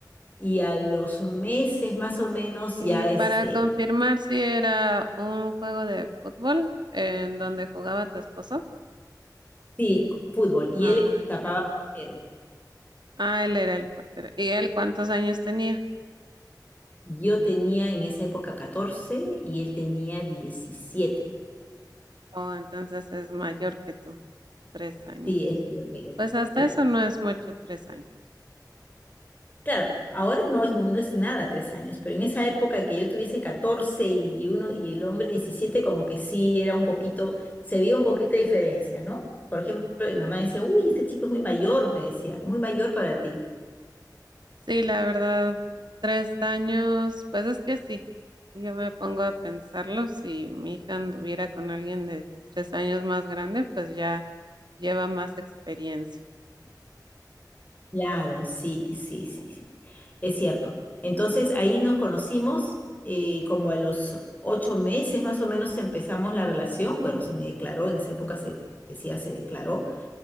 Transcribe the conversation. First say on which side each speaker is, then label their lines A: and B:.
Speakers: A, on the left (about 25°); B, on the right (about 80°).
A: y a los meses más o menos
B: Y
A: ya
B: para
A: este,
B: confirmar si era un juego de fútbol en donde jugaba tu esposo.
A: sí, fútbol. Y
B: Ah,
A: él tapaba
B: ya.
A: portero.
B: Ah, él era el portero. ¿Y él cuántos años tenía?
A: Yo tenía en esa época 14 y él tenía diecisiete
B: Oh, entonces es mayor que tú. Tres añitos.
A: Sí, es mayor que yo.
B: Pues hasta
A: Claro.
B: eso no es mucho, tres años.
A: Claro, ahora no es, no es nada tres años, pero en esa época que yo tuviese 14 y, y uno y el hombre diecisiete como que sí era un poquito, se veía un poquito de diferencia, ¿no? Por ejemplo, mi mamá decía, uy, este chico es muy mayor, me decía, muy mayor para ti.
B: Sí, la verdad, tres años, pues es que sí. Yo me pongo a pensarlo, si mi hija anduviera con alguien de tres años más grande, pues ya lleva más experiencia.
A: Claro, sí, sí, sí, sí, es cierto. Entonces ahí nos conocimos eh, y como a los ocho meses más o menos empezamos la relación, bueno, se me declaró, en esa época se decía, se declaró.